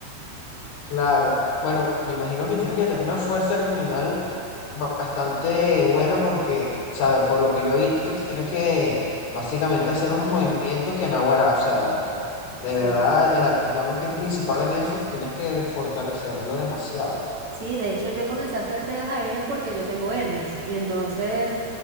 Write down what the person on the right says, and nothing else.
sí
Sí, de hecho yo comencé a hacer telas aéreas porque yo tengo hernias y entonces